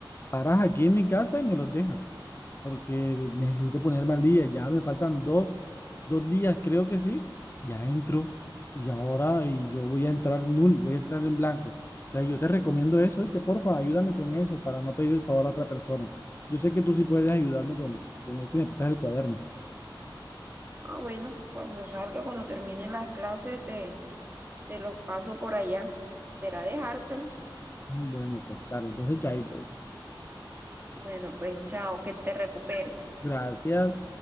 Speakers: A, on the left; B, on the right.
A: Paras aquí en mi casa y me los dejas. porque necesito ponerme al día. Ya me faltan dos, dos días, creo que sí. Ya entro y ahora y yo voy a entrar null, voy a entrar en blanco. Entonces yo te recomiendo eso y te porfa, ayúdame con eso para no pedir el favor a otra persona. Yo sé que tú sí puedes ayudarme con, con eso y me prestas el cuaderno.
B: Ah, bueno, cuando salga, cuando termine las clases, te... Te los paso por allá. ¿Será dejártelos?
A: Bueno, pues claro, entonces chaito. ¿Oíste?
B: Bueno, pues chao, que te recuperes.
A: Gracias.